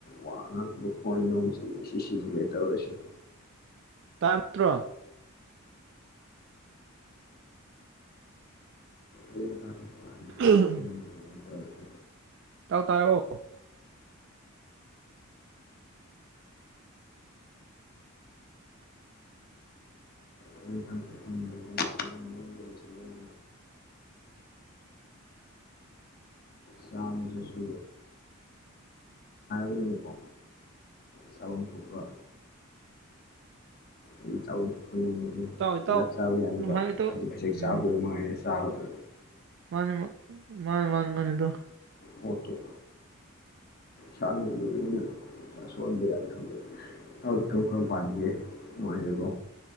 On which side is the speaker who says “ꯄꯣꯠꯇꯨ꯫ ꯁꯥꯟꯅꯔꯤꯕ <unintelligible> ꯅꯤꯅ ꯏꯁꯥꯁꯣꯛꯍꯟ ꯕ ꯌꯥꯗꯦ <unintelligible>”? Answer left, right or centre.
Left